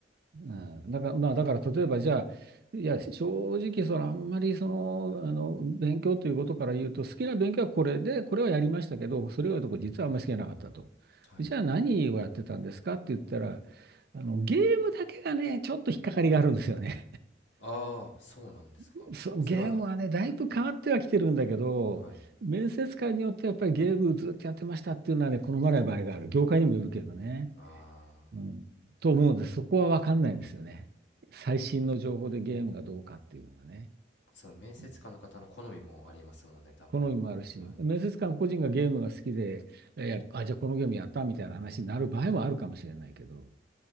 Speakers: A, on the right; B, on the left.
A: うん、だから、まあ、だから例えばじゃあ、いや、正直、そのあんまりその、あの勉強ということから言うと、好きな勉強はこれで、これはやりましたけど、それ以外のとこ実はあんまり好きじゃなかったと。
B: はい。
A: じゃあ何をやってたんですかって言ったら、あのゲームだけがね、ちょっと引っかかりがあるんですよね。
B: ああ、そうなんですか。
A: <laughs> そう、
B: それはな、
A: ゲームはね、だいぶ変わってはきてるんだけど、
B: はい。
A: 面接官によってやっぱりゲームずっとやってましたっていうのはね、好まない場合がある。業界にもよるけどね。
B: ああ、
A: うん、と思うので、そこは分かんないんですよね。最新の情報でゲームがどうかっていうのはね。
B: その面接官の方の好みもありますもんね、
A: うん
B: 多分。
A: 好みもあるし、
B: はい。
A: 面接官個人がゲームが好きで、えーあ、じゃあこのゲームやったみたいな話になる場合もあるかもしれないけど、